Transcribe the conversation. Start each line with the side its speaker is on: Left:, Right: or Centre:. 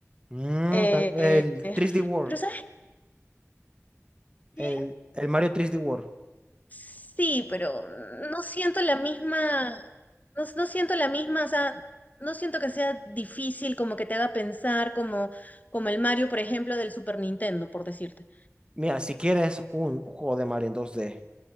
Right: Mm,
Left: Eh,
Right: ta- el
Left: eh,
Right: 3D World.
Left: pero ¿sabes? qué?
Right: El, el Mario 3D World.
Left: Sí, pero no siento la misma, no, no siento la misma, o sea, no siento que sea difícil como que te haga pensar como, como el Mario, por ejemplo, del Super Nintendo, por decirte.
Right: Mira, si quieres un juego de Mario en 2D